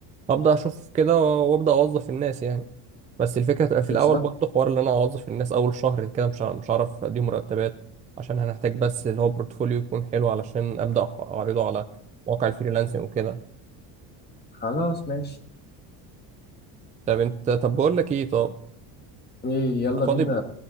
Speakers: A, on the right; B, on the left.
A: ابدا اشوف كده وابدا اوظف الناس يعني بس الفكرة تبقى في
B: بالظبط
A: الاول برضه حوار ان انا اوظف الناس اول شهر كده مش ه- مش هعرف اديهم مرتبات عشان هنحتاج بس اللي هو بورتفوليو يكون حلو علشان ابدا اعرضه على مواقع الفريلانسنج وكده
B: خلاص ماشي
A: طب انت طب بقول لك ايه طب
B: ايه يلا
A: انت فاضي
B: بينا